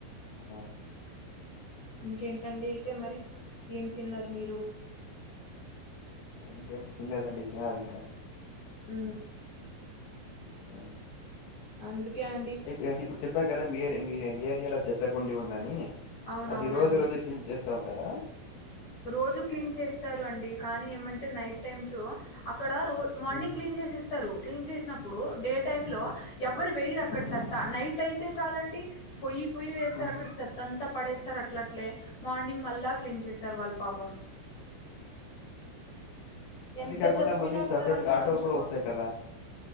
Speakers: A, on the left (about 85°); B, on the left (about 45°).
A: ఆహా
B: ఇంకేంటండి అయితే మరి ఏం తిన్నారు మీరు
A: ఇంకేం తినలేదండి తినాలి ఇంకా
B: ఉ
A: ఆ
B: అందుకే అ
A: ఇ అది ఇప్పుడు చెప్పారు కదా మీర్ మీ ఏరియాలో చె చేత్తకుండి ఉందని
B: అవునవునండి
A: అది రోజు రోజే క్లీన్ చేస్తా ఉంటారా
B: రోజు క్లీన్ చేస్తారు అండి కానీ ఏమంటే నైట్ టైమ్స్ అక్కడ రో మార్నింగ్
A: హ్మ్.
B: క్లీన్ చేసేస్తారు క్లీన్ చేసినప్పుడు డే టైం లో
A: హ్మ్.
B: ఎవరు వెయ్యరు అక్కడ
A: హ్మ్.
B: చెత్త నైట్ అయితే చాలండి పొయ్యి పొయ్యి వేస్తా
A: హ్మ్.
B: అక్కడ చెత్త అంతా పడేస్తారు అట్లట్లే మార్నింగ్ మళ్ళా క్లీన్ చేసారు వాళ్ళు పాపం ఎంత
A: అది కాకుండా
B: చెప్పినా
A: మళ్ళీ
B: వినరండి
A: సెపరేట్‌గా ఆటోలు
B: మనుషులు
A: కూడా వస్తాయి కదా!